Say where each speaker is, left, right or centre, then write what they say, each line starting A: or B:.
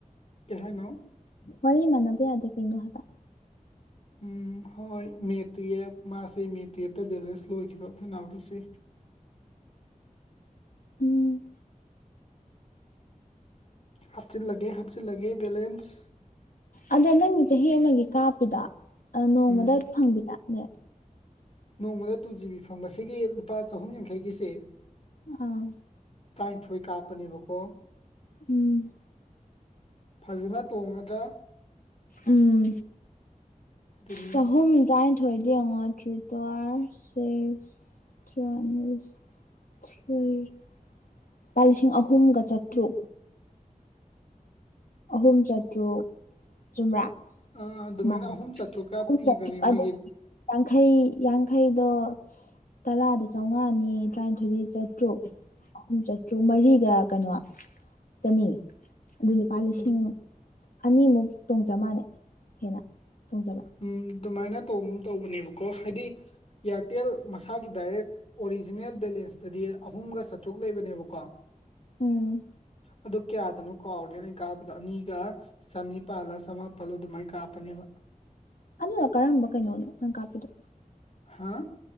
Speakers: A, on the left (about 45°); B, on the left (about 80°).
A: ꯀꯩꯍꯥꯏꯅꯣ
B: ꯋꯥꯔꯤ ꯃꯥꯟꯅꯕ ꯌꯥꯗꯦ ꯀꯩꯅꯣ ꯍꯥꯏꯕ
A: ꯎꯝ ꯍꯣꯏ ꯃꯦ ꯇꯨꯌꯦꯞ ꯃꯥꯁꯦ ꯃꯦ ꯇꯨꯌꯦꯞꯇ ꯕꯦꯂꯦꯟꯁ ꯂꯣꯏꯈꯤꯕ ꯑꯩꯈꯣꯏ ꯅꯥꯎꯁ
B: ꯎꯝ
A: ꯍꯥꯞꯆꯤꯜꯂꯒꯦ ꯍꯥꯞꯆꯤꯜꯂꯒꯦ ꯕꯦꯂꯦꯟꯁ
B: ꯑꯗꯣ ꯅꯪꯒꯤ ꯆꯍꯤ ꯑꯃꯒꯤ ꯀꯥꯞꯄꯤꯗꯣ ꯅꯣꯡꯃꯗ
A: ꯎꯝ
B: ꯐꯪꯕꯤꯗ ꯅꯦꯠ
A: ꯅꯣꯡꯃꯗ ꯇꯨ ꯖꯤꯕꯤ ꯐꯪꯕꯁꯤꯒꯤ ꯂꯨꯄꯥ ꯆꯍꯨꯝ ꯌꯥꯡꯈꯩꯒꯤꯁꯦ
B: ꯑꯥ
A: ꯇꯔꯥꯅꯤꯊꯣꯏ ꯀꯥꯞꯄꯅꯦꯕꯀꯣ
B: ꯎꯝ
A: ꯐꯖꯅ ꯇꯣꯡꯉꯗ꯭ꯔ
B: ꯎꯝ
A: ꯑꯗꯨꯅꯤ
B: ꯆꯍꯣꯝ ꯇꯔꯥꯅꯤꯊꫭꯏ ꯊꯣꯏꯗꯤ ꯌꯦꯡꯉꯣ ꯊ꯭ꯔꯤ ꯇꯨꯋꯥꯔ ꯁꯤꯛꯁ ꯊ꯭ꯔꯤ ꯍꯟꯗ꯭ꯔꯤꯛꯁ ꯂꯨꯄꯥ ꯂꯤꯁꯤꯡ ꯑꯍꯨꯝꯒ ꯆꯥꯇ꯭ꯔꯨꯛ ꯑꯍꯨꯝ ꯆꯥꯇ꯭ꯔꯨꯛ ꯆꯨꯝꯕꯔꯥ
A: ꯑꯥ ꯑꯗꯨꯃꯥꯏꯅ
B: ꯃꯥꯅꯤ
A: ꯑꯍꯨꯝ ꯆꯥꯇ꯭ꯔꯨꯛꯀ
B: ꯑꯍꯨꯝ
A: ꯄꯤꯕꯅꯦ
B: ꯆꯥꯇ꯭ꯔꯨꯛ
A: ꯃꯣꯏꯒꯤ
B: ꯌꯥꯡꯈꯩ ꯌꯥꯡꯈꯩꯗꯣ ꯇꯔꯥꯗ ꯆꯥꯝꯃꯉꯥꯅꯤ ꯇꯔꯥꯅꯤꯊꯣꯏ ꯆꯥꯇ꯭ꯔꯨꯛ ꯑꯍꯨꯝ ꯆꯥꯇ꯭ꯔꯨꯛ ꯃꯔꯤꯒ ꯀꯩꯅꯣ ꯆꯅꯤ ꯑꯗꯨ ꯂꯨꯄꯥ ꯂꯤꯁꯤꯡ
A: ꯎꯝ
B: ꯑꯅꯤꯃꯨꯛ ꯇꯣꯡꯖ ꯃꯥꯟꯩ ꯍꯦꯟꯅ ꯇꯣꯡꯖꯕ
A: ꯎꯝ ꯑꯗꯨꯃꯥꯏꯅ ꯇꯣꯡꯒꯨꯝ ꯇꯧꯕꯅꯦꯕꯀꯣ ꯍꯥꯏꯗꯤ ꯏꯌꯥꯔꯇꯦꯜ ꯃꯁꯥꯒꯤ ꯗꯥꯏꯔꯦꯛ ꯑꯣꯔꯤꯖꯤꯅꯦꯜ ꯕꯦꯂꯦꯟꯁꯇꯗꯤ ꯑꯍꯨꯝꯒ ꯆꯥꯇ꯭ꯔꯨꯛ ꯂꯩꯕꯅꯦꯕꯀꯣ
B: ꯎꯝ
A: ꯑꯗꯨ ꯀꯌꯥꯗꯅꯣ ꯀꯥꯎꯔ‌ꯦꯅ‌ꯦ ꯑꯩꯅ ꯀꯥꯞꯕꯗꯣ ꯑꯅꯤꯒ ꯆꯅꯤꯄꯥꯜꯂ ꯆꯃꯥꯄꯜ ꯑꯗꯨꯃꯥꯏꯅ ꯀꯥꯞꯄꯅꯦꯕ
B: ꯑꯗꯨꯅ ꯀꯔꯝꯕ ꯀꯩꯅꯣꯅꯣ ꯅꯪ ꯀꯥꯞꯄꯤꯗꯣ
A: ꯍꯥꯥ